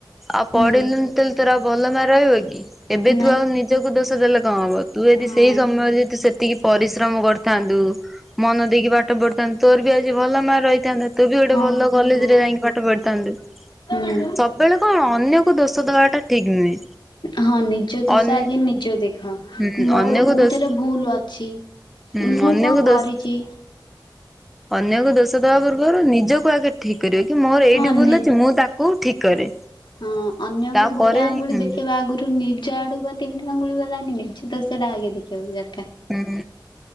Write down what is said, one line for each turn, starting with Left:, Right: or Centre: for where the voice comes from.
Centre: ଆଉ
Left: ହୁଁ
Centre: ପଡ଼ିଲନି ତାହେଲେ ତୋର ଆଉ। ଭଲ ମାର ରହିବ କି? ଏବେ
Left: ନାଇଁ
Centre: ତୁ ଆଉ ନିଜକୁ ଦୋଷ ଦେଲେ କଣ ହବ ତୁ ଯଦି
Left: ହଁ
Centre: ସେଇ ସମୟରେ ଯଦି ସେତିକି ପରିଶ୍ରମ କର କାନ୍ଦୁ। ମନ ଦେଇକି ପାଠ ପଢିଥାନନ୍ତୁ ତୋର ବି ଆଜି ଭଲ ମାର୍କ ରହିଥାନ୍ତା ତୁ ବି ଗୋଟେ
Left: ହଁ
Centre: ଭଲ କଲେଜରେ
Left: ହଁ
Centre: ରେ ଯାଇକି ପାଠ ପଢିଥାନ୍ତୁ
Left: ହୁଁ
Centre: ସବୁବେଳେ କଣ ଅନ୍ୟକୁ ଦୋଷ ଦବାଟା ଠିକ ନୁହେଁ।
Left: ହଁ ନିଜ ଦୋଷ
Centre: ଅନ୍
Left: ଆଗେ ନିଜ ଦେ ହଁ
Centre: ହୁଁ
Left: ମୋର
Centre: ଅନ୍ୟକୁ
Left: କୋଉଥିରେ
Centre: ଦୋଷ
Left: ଭୁଲ ଅଛି
Centre: ହୁଁ
Left: ମୁଁ
Centre: ଅନ୍ୟକୁ
Left: କଣ କରିଚି।
Centre: ଦୋଷ ଅନ୍ୟକୁ ଦୋଷ ଦେବା ପୂର୍ବରୁ ନିଜ କୁ ଆଗେ ଠିକ୍ କରିବ କି ମୋର ଏଇଟି
Left: ହଁ
Centre: ଭୁଲ
Left: ନି
Centre: ଅଛି ମୁଁ ତାକୁ ଠିକ କରେ।
Left: ହଁ ଅନ୍ୟକୁ
Centre: ତାପରେ
Left: ଗୋଟେ ଆଙ୍ଗୁଳି
Centre: ଯାଇ ହୁଁ
Left: ଦେଖେଇବା ଆଗରୁ ନି ଜ ଆଡୁ ବା ତିନ ଟା ଆଙ୍ଗୁଳି ଗଲାଣି ନିଜ ଦୋଷ ଟା ଆଗେ ଦେଖିବାକୁ ଦରକାର।
Centre: ହୁଁ